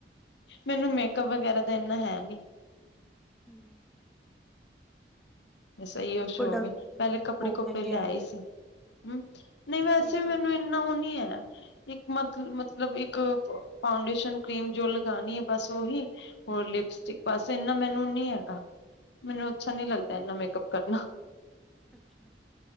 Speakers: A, on the left (about 85°); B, in the centre.
A: ਮੈਨੂੰ ਮੇਕਅਪ ਵਗੈਰਾ ਦਾ ਇੰਨਾ ਹੈ ਨੀ।
B: ਹਮ।
A: ਬਸ ਇਹੳ ਸ਼ੋਕ
B: ਪ੍ਰੋਡਕਟ
A: ਏ
B: ਦੇ
A: ਪਹਿਲੇ ਕੱਪੜੇ
B: ਬਹੁਤ
A: ਕੁਪੜੇ
B: ਮਹਿੰਗੇ
A: ਲੈ
B: ਆਉਂਦੇ
A: ਹੀ ਸੀ।
B: ਆ
A: ਹਮ ਨਹੀਂ ਵੈਸੇ
B: ਮੇਕਅਪ
A: ਵੀ ਮੈਨੂੰ
B: ਦੇ
A: ਇੰਨਾ ਉਹ ਨੀ ਹੈ। ਮਤ ਮਤਲਬ ਇੱਕ ਫਾਊਂਡੇਸ਼ਨ ਕਰੀਮ ਜੋ ਲਗਾਉਣੀ ਹੈ ਬਸ ਉਹੀ। ਹੋਰ ਲਿਪਸਟਿਕ ਬਾਸ ਇੰਨਾ ਮੈਨੂੰ ਨੀ ਹੈਗਾ ਮੈਨੂੰ ਅੱਛਾ ਨੀ ਲੱਗਦਾ। ਏਨਾ ਮੇਕਅਪ ਕਰਨਾ।
B: ਅੱਛਾ।